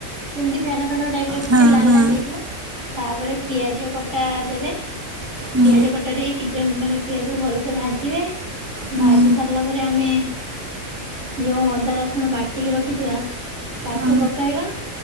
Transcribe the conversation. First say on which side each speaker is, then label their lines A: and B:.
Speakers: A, on the right; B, on the right.
A: ଯେମିତି ଫେଣ ଫେଣ ଟାଇପରେ ଫୁଟେ
B: ହଁ
A: ଲାଲ
B: ହଁ
A: ଲାଲ ହେଇଯିବ। ତାପରେ ପିଆଜ କଟା ଦେବେ,
B: ହୁଁ
A: ପିଆଜ କଟା ଦେଇ ପିଜା ମାନେ ପିଆଜକୁ ଭଲସେ ଭାଜିବେ
B: ହୁଁ
A: ଭାଜି ସାରିଲା ପରେ ଆମେ ଯୋଉ ଅଦା ରସୁଣ ବାଟିକି ରଖିଥିବା ତାକୁ
B: ହଁ
A: ପକେଇବା।